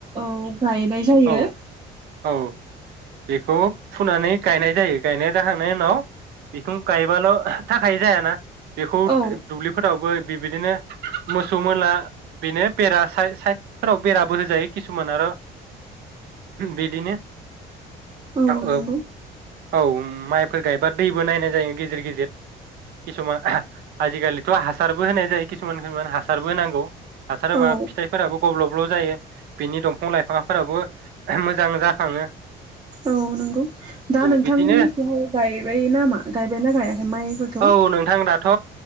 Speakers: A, on the right; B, on the right.
A: औ गायनाय जायो।
B: औ औ बेखौ फुनानै गायनाय जायो गायनाय जाखांनायनि उनाव बेखौ गायबाल थाखाय जायाना बेखौ
A: औ
B: दुब्लिफोरावबो बि बिदिनो मोसौ मोला बेनो बेरा सा साइड फोराव बेराबो होजायो किसुमान आरो बिदिनो
A: औ
B: <inaudible>
A: नंगौ
B: औ माइफोर गायबा दैबो नायनाय जायो गेजेर गेजेर जेरै किसुमान आजिखालि थ हासारबो होनाय जायो किसुमान खिसुमान हासारबो होनांगौ हासार होबाय
A: औ
B: फिथाइफोराबो गब्लब्ल जायो बिनि दंफां लाइफां फोराबो मोजां जााखाङो
A: औ नंगौ दा नोंथांमोननिखि
B: बिदिनो
A: गायबाय नाामा गायबाय ना गायाखै माइफोरखौ
B: औ नोंथां दाथ